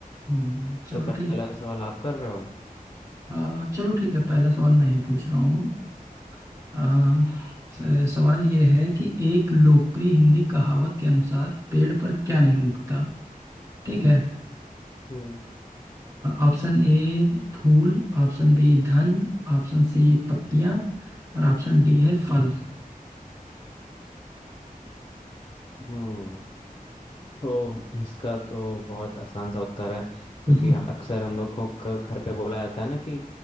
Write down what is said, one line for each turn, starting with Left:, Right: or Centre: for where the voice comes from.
Right: हम्म, चलो
Left: तो पहला
Right: ठीक
Left: सवाल आप कर रहे हो
Right: आ, चलो ठीक है पहला सवाल मैं ही पूछ रहा हूँ आ, स- सवाल ये है कि एक लोकप्रिय हिंदी कहावत के अनुसार पेड़ पर क्या नहीं उगता ठीक है
Left: हम्म
Right: ऑप्शन ए फूल ऑप्शन बी धन ऑप्शन सी पत्तियां और ऑप्शन डी है फल
Left: हम्म तो इसका तो बहुत आसान सा उत्तर है क्योंकि
Right: हम्म,
Left: अक्सर हम लोग को घ- घर पे बोला जाता है ना कि